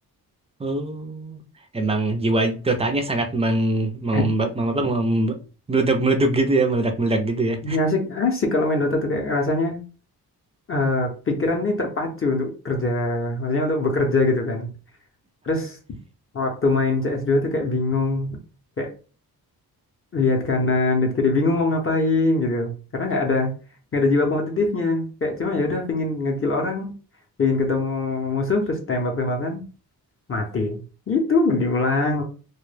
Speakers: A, on the right; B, on the left.
A: Oh. Emang jiwa Dotanya sangat meng, mem,
B: Eh,
A: mem- apa, mem, meledak-meledak gitu ya, meledak-meledak gitu ya.
B: Ini asik asik kalau main Dota tuh kayak rasanya eh, pikiran nih terpacu untuk kerja, maksudnya untuk bekerja gitu kan. Terus waktu main CS2 tuh kayak bingung, kayak lihat kanan, lihat kiri, bingung mau ngapain gitu. Karena nggak ada nggak ada jiwa kompetitifnya. Kayak cuma ya udah pingin ngekill orang, pingin ketemu musuh terus tembak-tembakan, mati. Gitu diulang.